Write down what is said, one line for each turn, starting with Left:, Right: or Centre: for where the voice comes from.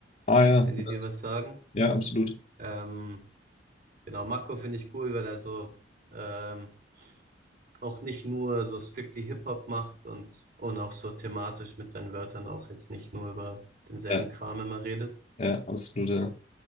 Left: Ah ja,
Right: wenn die
Left: das-
Right: dir was sagen.
Left: ja, absolut.
Right: Ähm, genau, Mako finde ich cool, weil er so, ähm, auch nicht nur so strictly Hip-Hop macht und, und auch so thematisch mit seinen Wörtern auch jetzt nicht nur über denselben
Left: Ja,
Right: Kram immer redet
Left: ja, absolut, ja.